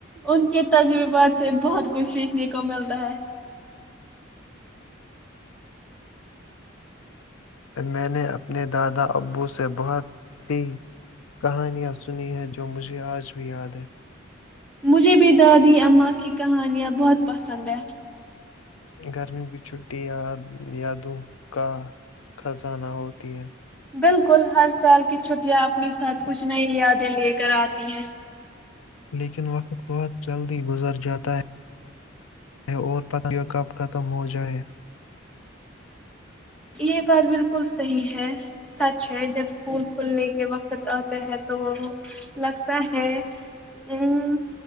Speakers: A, in the centre; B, on the left (about 85°).
A: ان کے تجربات سے بہت کچھ سیکھنے کو ملتا ہے
B: میں نے اپنے دادا ابو سے بہت سی کہانیاں سنی ہیں جو مجھے آج بھی یاد ہے
A: مجھے بھی دادی اماں کی کہانیاں بہت پسند ہے
B: گرمی بھی چھٹی یادوں کا خزانہ ہوتی ہے
A: بالکل ہر سال کی چھٹیاں اپنے ساتھ کچھ نئی یادیں لے کر آتی ہیں
B: لیکن وقت بہت جلدی گزر جاتا ہے اور پت کہ کب ختم ہو جائے
A: یہ بات بالکل صحیح ہے سچ ہے جب اسکول کھلنے کے وقت آتا ہے تو لگتا ہے ا